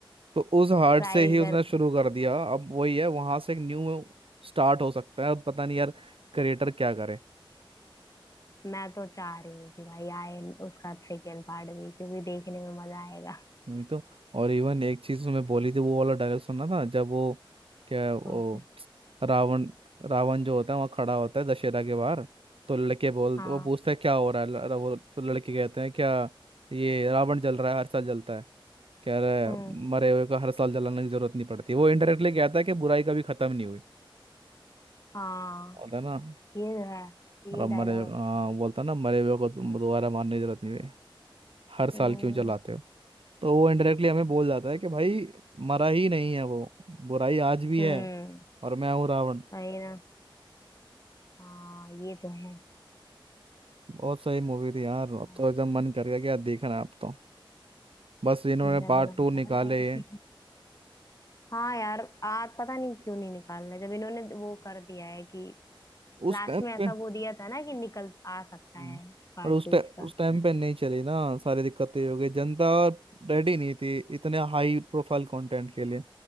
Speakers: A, on the right; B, on the left.
A: तो उस हार्ट
B: ट्राई
A: से ही उसने
B: कर
A: शुरू कर दिया अब वही है वहां से एक न्यू स्टार्ट हो सकता है अब पता नहीं यार क्रिएटर क्या करे
B: मैं तो चाह रही हूँ कि भाई आए उसका सेकेंड पार्ट भी क्योंकि देखने में मजा आएगा
A: नहीं तो और इवन एक चीज उसमें बोली थी वो वाला डायलॉग सुनना था जब वो क्या है, वो
B: कौन सा
A: रावण रावण जो होता है वहाँ खड़ा होता है दशहरा के बाहर तो लड़के बोलते
B: हाँ
A: वो पूछता है क्या हो रहा है ल- वो तो लड़के कहते हैं क्या ये रावण जल रहा है हर साल जलता है कह रहा
B: हम्म
A: है मरे हुए का हर साल जलाने की जरूरत नहीं पड़ती वो इनडायरेक्टली कहता है कि बुराई कभी खत्म नहीं हुई
B: हाँ
A: होता है ना
B: ये है ये
A: और अब
B: डायलॉग
A: मरे
B: अच्छा
A: हाँ
B: है
A: बोलता है ना मरे हुए को तुम दोबारा मारने की जरूरत नहीं है हर साल
B: हम्म
A: क्यों जलाते हो तो वो इनडायरेक्टली हमें बोल जाता है कि भाई मरा ही नहीं है वो बुराई आज भी
B: हम्म
A: है और मैं हूँ रावण
B: वही ना हाँ ये तो है
A: बहुत सही मूवी थी यार अब
B: हाँ,
A: तो एकदम मन कर गया क्या देखना अब तो बस इन्होंने
B: मेरा
A: पार्ट
B: भी मन
A: टू
B: कर
A: निकाले
B: रहा है
A: ये
B: <laughs> हाँ यार आज पता नहीं क्यों नहीं निकाल रहे जब इन्होंने वो कर दिया है कि
A: उस
B: लास्ट
A: टाइम
B: में ऐसा
A: पे
B: वो दिया था ना कि निकल आ सकता
A: हम्म।
B: है पार्ट
A: और उस
B: टू
A: टाइम
B: इसका
A: उस टाइम पे नहीं चली ना सारी दिक्कतें ये हो गई जनता रेडी नहीं थी इतने हाई प्रोफाइल कंटेंट के लिए